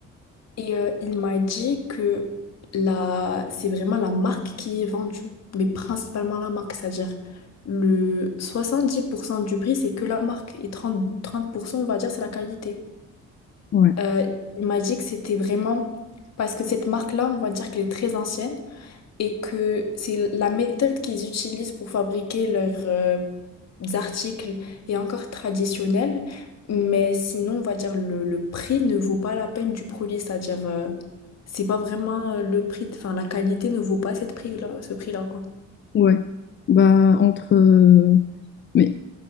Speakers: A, on the left; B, on the left.
A: Et euh, il m'a dit que la... c'est vraiment la marque qui est vendue, mais principalement la marque, c'est-à-dire le 70% du prix, c'est que la marque, et trente trente pour cent on va dire, c'est la qualité.
B: Ouais,
A: Euh, il m'a dit que c'était vraiment parce que cette marque-là, on va dire qu'elle est très ancienne, et que c'est la méthode qu'ils utilisent pour fabriquer leurs euh, articles est encore traditionnelle, mais sinon, on va dire le, le prix ne vaut pas la peine du produit, c'est-à-dire euh, c'est pas vraiment euh, le prix, enfin la qualité ne vaut pas cette prix-là, ce prix-là, quoi.
B: ouais. Bah, entre... euh, Mais